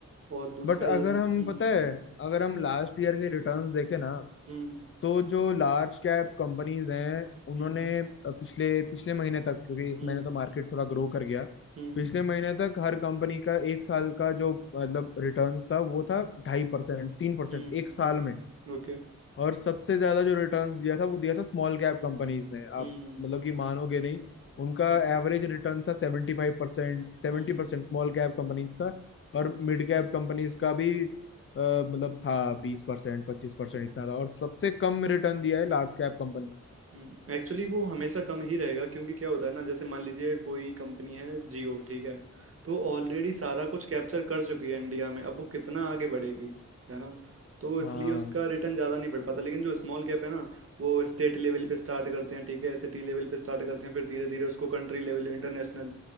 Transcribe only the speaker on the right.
और दूसरा
ये हम्म
हम्म
हम्म
हम्म
हम्म
हम्म
हम्म
ओके
हम्म
<laughs>
हम्म
हम्म
हम्म एक्चुअली वो हमेशा कम ही रहेगा क्योंकि क्या होता है ना जैसे मान लीजिए कोई कंपनी है जियो ठीक है तो ऑलरेडी सारा कुछ कैप्चर कर चुकी है इंडिया में अब वो कितना आगे बढ़ेगी है ना तो इसलिए
उसका रिटर्न ज़्यादा नहीं बढ़ पाता लेकिन जो स्मॉल कैप है ना वो स्टेट लेवल पे स्टार्ट करते हैं ठीक है सिटी लेवल पे स्टार्ट करते हैं फिर धीरे धीरे उसको कंट्री लेवल इंटरनेशनल